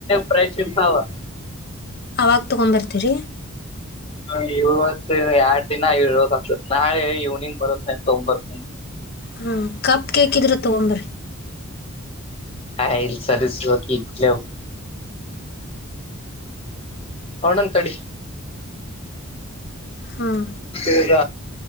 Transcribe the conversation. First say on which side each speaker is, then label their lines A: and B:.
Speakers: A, on the left; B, on the left.
A: ಪ್ರೇಕ್ಷಿತಾವ
B: ಅವಾಗ ತಗೊಬರ್ತೀರಿ
A: ಹ ಇವತ್ತು ಎರಡ್ ದಿನ ಇತ್ ಆಗ್ತತ್ ನಾಳೆ ಇವ್ನಿಂಗ್ ಬರತ್ನ ತೊಗಂಬ್ ಬರ್
B: ಹ್ಮ ಕಪ್ ಕೇಕ್ ಇದ್ರ ತಗೊಂಬರಿ.
A: ಹ ಇ ಸರ್ಸಕಿ ಇತ್ಲ ಅವನನ ತಡಿ.
B: ಹಾಂ
A: ಈಗ